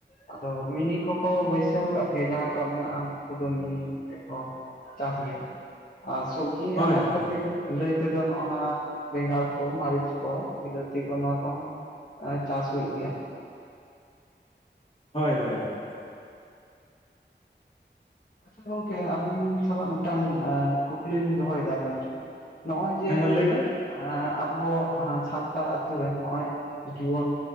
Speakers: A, on the left; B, on the left.
A: ᱟᱫᱚ ᱢᱤᱱᱤ ᱠᱚᱠᱚ ᱵᱟᱹᱭᱥᱟᱹᱣ ᱠᱟᱜ ᱜᱮᱭᱟ ᱡᱟᱦᱟᱸᱭ ᱠᱚᱣᱟᱜ ᱢᱮᱱᱟᱜ-ᱟ ᱩᱱᱠᱩ ᱠᱚᱫᱚ ᱢᱤᱱᱤ ᱛᱮᱠᱚ ᱪᱟᱥ ᱜᱮᱭᱟ, ᱟᱨ ᱥᱚᱵᱽ ᱡᱤ ᱟᱱᱟᱡ
B: ᱦᱳᱭ ᱦᱳᱭ
A: ᱯᱟᱹᱛᱤ ᱞᱟᱹᱭ ᱞᱟᱹᱭ ᱛᱮᱫᱚ ᱱᱚᱜ-ᱚ ᱱᱟ ᱵᱮᱸᱜᱟᱲ ᱠᱚ ᱢᱟᱹᱨᱤᱪ ᱠᱚ ᱵᱤᱞᱟᱹᱛᱤ ᱠᱚ, ᱱᱚᱣᱟ ᱠᱚᱦᱚᱸ, ᱮᱸ ᱪᱟᱥ ᱦᱩᱭᱩᱜ ᱜᱮᱭᱟ᱾
B: ᱦᱳᱭ ᱦᱳᱭ ᱦᱳᱭ᱾
A: ᱟᱪᱪᱷᱟ ᱜᱚᱝᱠᱮ, ᱟᱵᱤᱱ ᱥᱟᱞᱟᱜ ᱢᱤᱫᱴᱟᱝ ᱮᱸ ᱠᱩᱠᱞᱤ ᱞᱤᱧ ᱫᱚᱦᱚᱭᱮᱫᱟ ᱟᱵᱤᱱ ᱴᱷᱮᱱ᱾ ᱱᱚᱜᱼᱚᱭ ᱡᱮ
B: ᱦᱮᱸ ᱢᱟ ᱞᱟᱹᱭ ᱵᱮᱱ
A: ᱮᱸ ᱟᱵᱚ ᱦᱮᱸ ᱥᱟᱱᱛᱟᱲ ᱟᱛᱩ ᱨᱮᱱ ᱦᱚᱸᱜᱼᱚᱭ ᱡᱩᱣᱟᱹᱱ